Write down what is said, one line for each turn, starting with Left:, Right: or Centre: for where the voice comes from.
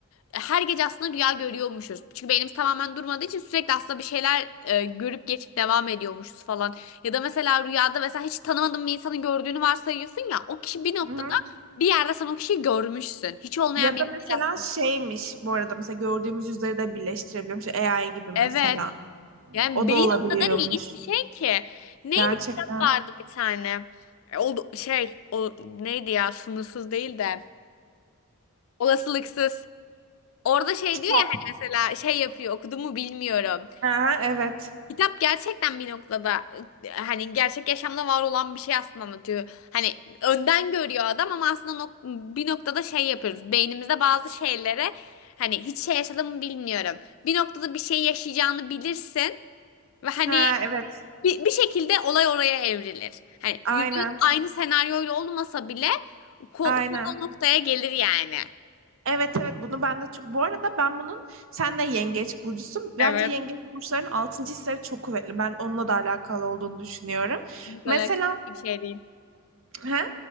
Left: her gece aslında rüya görüyormuşuz. Çünkü beynimiz tamamen durmadığı için sürekli aslında bir şeyler e, görüp geçip devam ediyormuşuz falan. Ya da mesela rüyada mesela hiç tanımadığın bir insanın gördüğünü varsayıyorsun ya o kişi bir noktada
Right: Hı hı.
Left: bir yerde sen o kişiyi görmüşsün. Hiç olmayan
Right: Ya
Left: biri
Right: da mesela
Left: değil aslında.
Right: şeymiş bu arada mesela gördüğümüz yüzleri de birleştirebiliyormuş. AI gibi mesela.
Left: Evet. Yani
Right: O
Left: beyin
Right: da olabiliyormuş.
Left: o kadar ilginç bir şey ki. Neydi
Right: Gerçekten.
Left: kitap vardı bir tane. E, O şey o neydi ya sınırsız değil de olasılıksız. Orada şey
Right: Kitap.
Left: diyor ya hani mesela şey yapıyor okudum mu bilmiyorum.
Right: Ha, evet.
Left: Kitap gerçekten bir noktada e, hani gerçek yaşamda var olan bir şey aslında anlatıyor. Hani önden görüyor adam ama aslında nok- bir noktada şey yapıyoruz. Beynimizde bazı şeylere hani hiç şey yaşadım mı bilmiyorum. Bir noktada bir şey yaşayacağını bilirsin ve hani
Right: Ha, evet.
Left: bir, bir şekilde olay oraya evrilir. Hani
Right: Aynen.
Left: yüzde yüz aynı senaryoyla olmasa bile ko-
Right: Aynen.
Left: konu o noktaya gelir yani.
Right: Evet evet bunu ben de çok... Bu arada ben bunun sen de yengeç burcusun. Bence
Left: Evet.
Right: yengeç burçlarının altıncı hisleri çok kuvvetli. Ben onunla da alakalı olduğunu düşünüyorum.
Left: Kesinlikle
Right: Mesela
Left: öyle bir şey değil.
Right: he,